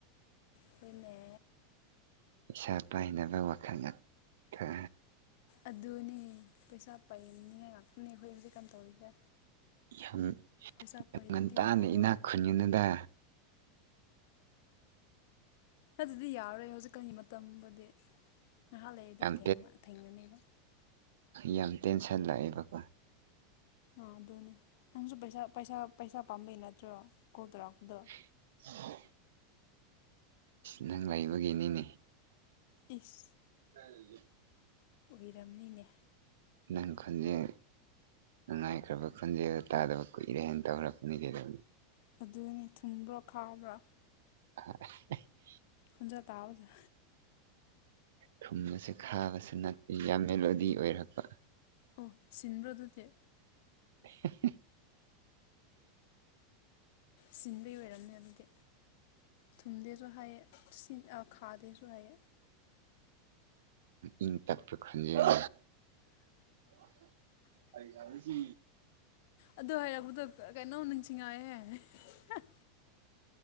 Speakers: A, on the left (about 55°); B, on the right (about 85°).
A: ꯈꯣꯢꯅꯦ
B: ꯄꯩꯁꯥ ꯄꯥꯢꯅꯕ ꯋꯥꯈꯟꯒ ꯈꯥ
A: ꯑꯗꯨꯅꯦ ꯄꯩꯁꯥ ꯄꯥꯢꯅꯤꯡꯅꯤꯉꯥꯢ ꯉꯥꯛꯇꯅꯦ ꯑꯩꯈꯣꯢ ꯍꯧꯖꯤꯛꯀꯥꯟ ꯇꯧꯔꯤꯁꯦ
B: ꯌꯥꯝ
A: ꯄꯩꯁꯥ ꯄꯥꯏꯗꯗꯤ
B: ꯉꯟꯇꯥꯅ
A: ꯌꯥꯔꯔꯣꯏ
B: ꯏꯅꯥꯛ ꯈꯨꯟꯅꯤꯡꯅꯨꯗ
A: ꯑꯗꯨꯗꯤ ꯌꯥꯔꯣꯢ ꯍꯧꯖꯤꯛꯀꯥꯟꯒꯤ ꯃꯠ ꯇꯝꯕꯗꯤ ꯉꯍꯥꯛ ꯂꯩꯔꯗꯤ
B: ꯌꯥꯝ
A: ꯊꯦꯡꯃ ꯊꯦꯡꯉꯅꯤꯕ
B: ꯌꯥꯝ ꯇꯦꯟꯁꯟ ꯂꯥꯛꯑꯦꯕꯀꯣ
A: ꯑꯥ ꯑꯗꯨꯅꯦ ꯅꯪꯁꯨ ꯄꯩꯁꯥ ꯄꯩꯁꯥ ꯄꯩꯁꯥ ꯄꯥꯝꯕꯩ ꯅꯠꯇ꯭ꯔꯣ ꯀꯣꯜ ꯇꯧꯔꯛꯄꯗꯣ
B: <inaudible> ꯅꯪ ꯂꯩꯕꯒꯤꯅꯤꯅꯦ
A: ꯏꯁ
B: ꯀꯥꯏ ꯂꯩꯒꯦ
A: ꯑꯣꯏꯔꯝꯅꯤꯅꯦ
B: ꯅꯪ ꯈꯣꯟꯖꯦ ꯅꯨꯡꯉꯥꯏꯈ꯭ꯔꯕ ꯈꯣꯟꯖꯦꯜ ꯇꯥꯗꯕ ꯀꯨꯢꯔꯦꯅ ꯇꯧꯔꯛꯄꯅꯤ ꯀꯩꯗꯧꯔꯦ
A: ꯑꯗꯨꯅꯦ ꯊꯨꯝꯕ꯭ꯔꯣ ꯈꯥꯕ꯭ꯔꯣ
B: <unintelligible>
A: ꯈꯣꯟꯖꯦꯜ ꯇꯥꯕꯖꯦ
B: ꯊꯨꯝꯕꯁꯦ ꯈꯥꯕꯁꯨ ꯅꯠꯇꯦ ꯌꯥꯝ ꯃꯦꯂꯣꯗꯤ ꯑꯣꯢꯔꯛꯄ
A: ꯑꯣ ꯁꯤꯟꯕ꯭ꯔꯣ ꯑꯗꯨꯗꯤ
B: <unintelligible>
A: ꯁꯤꯟꯕꯒꯤ ꯑꯣꯢꯔꯝꯅꯤ ꯑꯗꯨꯗꯤ ꯊꯨꯝꯗꯦꯁꯨ ꯍꯥꯢꯌꯦ ꯁꯤꯟ ꯈꯥꯗꯦꯁꯨ ꯍꯥꯢꯌꯦ
B: ꯏꯪ ꯇꯞꯄ ꯈꯣꯟꯖꯦꯜ ꯑꯩ ꯌꯥꯗ ꯁꯤ
A: ꯑꯗꯨ ꯍꯥꯢꯔꯛꯕꯗꯣ ꯀꯩꯅꯣ <unintelligible> ꯉꯥꯏꯍꯦ <unintelligible>